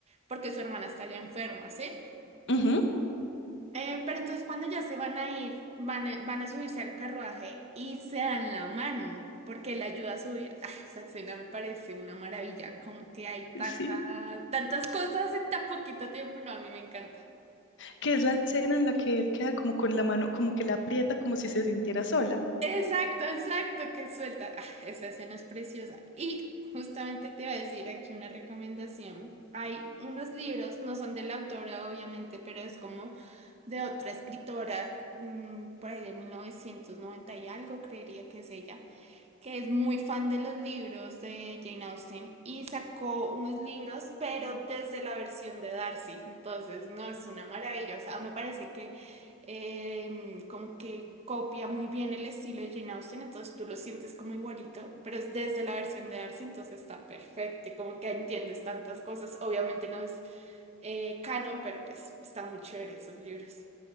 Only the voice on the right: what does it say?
porque su hermana está ya enferma, ¿sí?
Eh, pero entonces cuando ya se van a ir, van a, van a subirse al carruaje y se dan la mano, porque él ayuda a subir. Ah, esa escena me parece una maravilla, como que hay tanta,
tantas cosas en tan poquito tiempo. No, a mí me encanta.
Exacto, exacto, que suelta. Ah, esa escena es preciosa. Y justamente te voy a decir aquí una recomendación. Hay unos libros, no son de la autora obviamente, pero es como de otra escritora, mm, por ahí de 1990 y algo, creería que es ella que es muy fan de los libros de Jane Austen y sacó unos libros, pero desde la versión de Darcy. Entonces, no, es una maravilla. O sea, me parece que eh, como que copia muy bien el estilo de Jane Austen, entonces tú lo sientes como igualito, pero es desde la versión de Darcy, entonces está perfecto y como que entiendes tantas cosas. Obviamente no es eh, canon, pero pues está muy chévere esos libros.